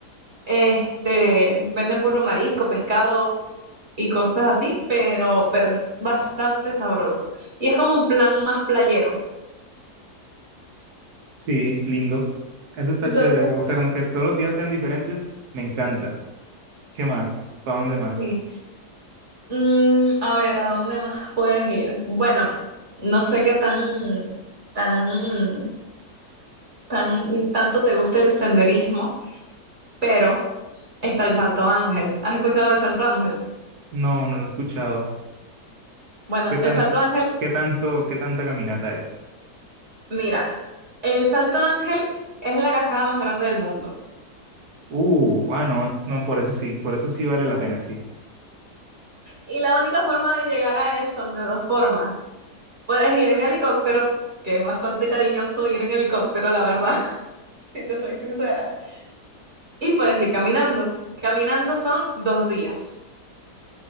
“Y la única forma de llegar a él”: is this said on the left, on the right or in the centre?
Right